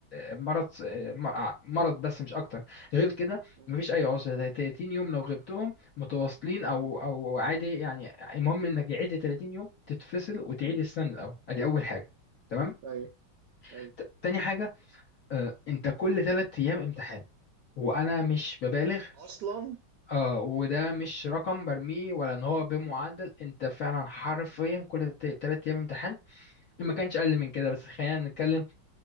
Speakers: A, on the left; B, on the right.
A: مرض م- آه، مرض بس مش اكتر غير كده
B: مم.
A: ما فيش اي عذر زي 30 يوم لو غبتهم متواصلين او
B: مم.
A: او عادي يعني المهم انك يعيد 30 يوم تتفصل وتعيد
B: مم.
A: السنه من الاول ادي اول حاجه تمام
B: ايوه ايوه
A: ت... تاني حاجه آه، انت كل ثلاث ايام امتحان وانا مش ببالغ
B: اصلا
A: اه وده مش رقم برميه ولا ان هو بمعدل انت فعلا حرفيا
B: ايوه
A: كل تلات ايام امتحان إن ما كانش اقل من كده بس خلينا نتكلم